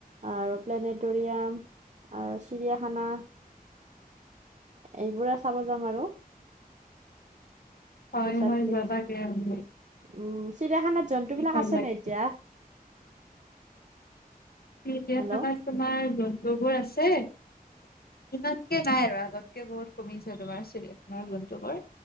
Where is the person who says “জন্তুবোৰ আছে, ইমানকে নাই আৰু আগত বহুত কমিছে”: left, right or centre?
Left